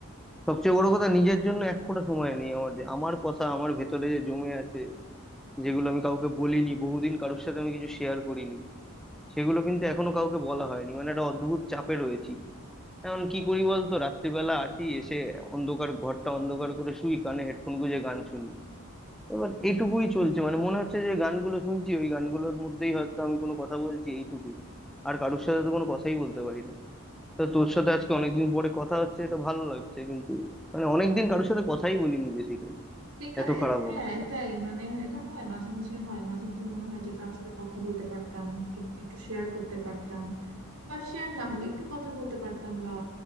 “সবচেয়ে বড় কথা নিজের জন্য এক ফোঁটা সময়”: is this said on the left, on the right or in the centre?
Centre